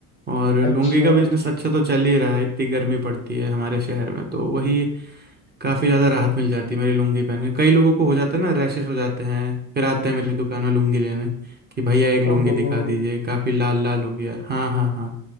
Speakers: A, on the right; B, on the left.
A: और लुंगी
B: अच्छा
A: का बिजनेस अच्छा तो चल ही रहा है इतनी गर्मी पड़ती है हमारे शहर में तो वही काफ़ी ज़्यादा राहत मिल जाती है मेरी लुंगी पहन के कई लोगों को हो जाता है ना रैशेस हो जाते हैं फिर आते हैं मेरी दुकान में लुंगी लेने कि भैया एक लुंगी
B: ओहो
A: दिखा
B: हो
A: दीजिए काफ़ी लाल लाल हो गया है। हाँ हाँ हाँ